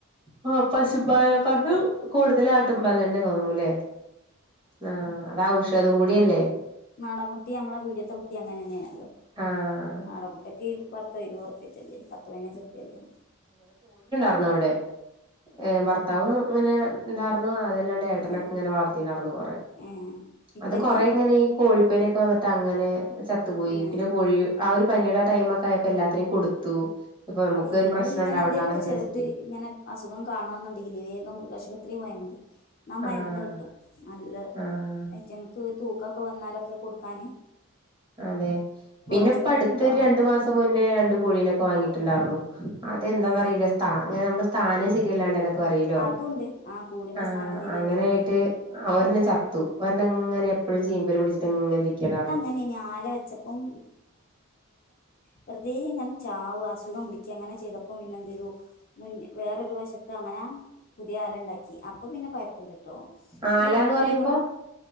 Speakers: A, on the right; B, on the left.
A: ഓഹ് പശുമ്പാലിനെക്കാട്ടിലും കൂടുതല് ആട്ടുംപാല് തന്നെ തോന്നണു ഇല്ലേ ആഹ് അതാവും - ഔഷധം കൂടിയല്ലേ
B: നാടമ്മുട്ടിം അമ്മളെ പീടിയത്തെ മുട്ടിം അങ്ങനെന്നേണല്ലോ
A: ആഹ്
B: നാടമു മുട്ടക്ക് പത്തോ ഇരുപതൊ റുപ്പിയ വച്ചല്ലേ പതിനഞ്ച് റുപ്പിയ അല്ലേ
A: ന്നവിടെ ഏഹ് ഭർത്താവൊന്നു അങ്ങനെ ഉണ്ടാർന്നു അതല്ലാ എന്റെ ഏട്ടനൊക്കെ
B: ഏഹ്
A: ഇങ്ങനെ വളർത്തിണ്ടാർന്നു കൊറേ അത്
B: ഏഹ്
A: കൊറേ
B: ഇപ്പല്ല്യ
A: അത് കൊറേ ഇങ്ങനീ കോഴിപ്പനിയൊക്കെ വന്നിട്ട് അങ്ങനെ ചത്തുപോയി
B: ഏഹ്
A: പിന്നെ കോഴി ആ ഒരു പനിയുടെ ടൈമൊക്കെ ആയപ്പോ എല്ലാത്തിനേം കൊടുത്തു ഇപ്പൊ നമുക്ക്
B: നിങ്ങളിങ്ങനെ
A: ഒരു പ്രശ്നം ഉണ്ടാവണ്ടന്നൊക്കെ
B: എന്തേലൊക്കെ
A: വിചാരിച്ചിട്ട്
B: ചെറുത് ഇങ്ങനെ അസുഖം കാണുന്നുണ്ടെങ്കിലേ വേഗം മൃഗാശുപത്രി പോയാ മതി <unintelligible> മരുന്ന്
A: ആഹ്
B: കിട്ടും നല്ല
A: ആഹ്
B: <unintelligible> തൂക്കൊക്കെ വന്നാലൊക്കെ കൊടുക്കാന്
A: അതെ പിന്നെ
B: കുറച്ചൊക്കെ
A: ഇപ്പൊ അടുത്തൊരു
B: ഉണ്ടാവണംന്ന്
A: രണ്ടു മാസം മുന്നേ രണ്ട് കോഴീനൊക്കെ വാങ്ങിട്ട് ഉണ്ടാരുന്നു അതെന്താന്നറിയില്ല
B: ഏ
A: <unintelligible> നമ്മള് സ്ഥാനം ശരിയല്ലാണ്ട് എന്നൊക്കെ പറയല്ലോ
B: അതുണ്ട് ആ കൂടിന്റെ
A: ആഹ്
B: സ്ഥാനം ശരിയല്ലെങ്കില്
A: അങ്ങനെ ആയിട്ട് ആഹ് ഒരെണ്ണം ചത്തു ഒരെണ്ണം ഇങ്ങനെ എപ്പഴും ചീമ്പല് പിടിച്ചിട്ട് ഇങ്ങനെ ഇരിക്കണ്ടാർന്ന്
B: <unintelligible> അപ്പം വെറുതെ ഇങ്ങനെ ചാവ അസുഖം പിടിയ്ക്കയും അങ്ങനെ ചെയ്തപ്പം പിന്നെ എന്ത് ചെയ്തു മുൻ വേറൊരു വശത്ത് അങ്ങനെ പുതിയ ആല ഉണ്ടാക്കി അപ്പ പിന്നെ കൊഴപ്പില്ല ട്ടോ
A: ആലാന്ന്
B: ഈ ആടായാലും
A: പറയുമ്പോ